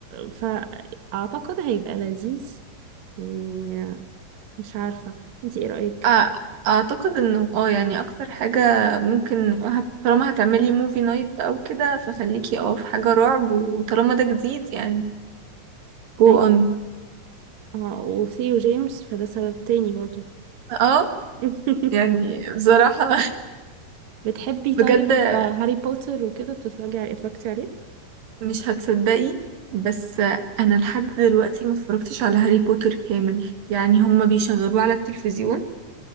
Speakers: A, on the right (about 60°); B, on the right (about 80°).
A: فأعتقد هيبقى لذيذ يعني مش عارفة انتي ايه رأيك؟
B: أع- اعتقد انه اه يعني اكتر حاجة ممكن هت... طالما هتعملي موفي نايت او كده فخليكي اه في حاجة رعب وطالما ده جديد يعني go
A: أيوة
B: on
A: اه وثيو جيمس فده سبب تاني برضو
B: اه
A: <laughs>
B: يعني بصراحة
A: بتحبي طيب
B: <laughs> بجد
A: هاري بوتر وكده بتتفرجي اتفرجتي عليه
B: مش هتصدقي بس انا لحد دلوقتي ما اتفرجتش على هاري بوتر كامل يعني هما بيشغلوه على التلفزيون